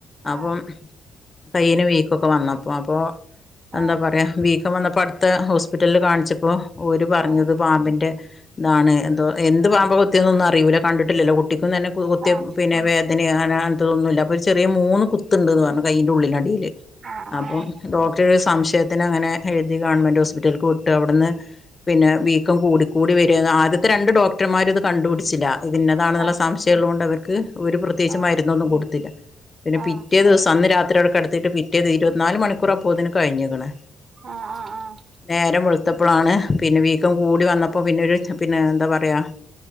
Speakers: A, on the left; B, on the right.
A: അപ്പൊ
B: ആഹ്
A: കയ്യിന് വീക്കൊക്കെ വന്നപ്പോ അപ്പോ എന്താ
B: ആഹ്
A: പറയാ വീക്കം വന്നപ്പോ അടുത്ത ഹോസ്പിറ്റലില് കാണിച്ചപ്പോ ഓര് പറഞ്ഞത്
B: ആഹ്
A: പാമ്പിന്റെ ഇതാണ് എന്തോ എന്ത് പാമ്പ് കൊത്തിയെന്ന് ഒന്നും അറിയൂല്ല കണ്ടിട്ടില്ലല്ലോ കുട്ടിക്കും തന്നെ കുളുക കുത്തിയപ്പോ
B: ആഹ്
A: പിന്നെ വേദനെ അങ്ങനെ അന അതും ഒന്നുല്ല അപ്പോച് ചെറിയ മൂന്ന് കുത്ത്ണ്ട്ന്ന് പറഞ്ഞു കയ്യിന്റെ ഉള്ളിലടിയില്
B: ആഹ്
A: അപ്പൊ ഡോക് ച്ച് സംശയത്തിന്ങ്ങനെ എഴുതി ഗവൺമെന്റ് ഹോസ്പിറ്റൽക്ക് വിട്ട് അവിട്ന്ന് പിന്നെ വീക്കം കൂട് കുടിവര ആദ്യത്തെ രണ്ട് ഡോക്ടർമാര് ഇത് കണ്ടുപിടിച്ചില്ല ഇത് ഇന്നതാണെന്നുള്ള
B: ആഹ്
A: സംശയം ഉള്ളതുകൊണ്ട് അവർക്ക് ഒരു പ്രത്യേകിച്ച്
B: ആഹ്
A: മരുന്നൊന്നും കൊടുത്തില്ല പിന്നെ
B: ആഹ് ആഹ്
A: പിറ്റേ ദിവസം അന്ന് രാത്രി അവിടെ കിടത്തിട്ട് പിറ്റേന്ന് ഇരുപത്തിനാല് മണിക്കൂറ് അപ്പോത്തിന് കഴിഞ്ഞിക്കാണ്
B: ആഹ് ആഹ് ആഹ്
A: നേരം വെളുത്തപ്പളാണ് പിന്നെ വീക്കം കൂടി വന്നപ്പോ പിന്നൊരു പിന്നെ എന്താ പറയാ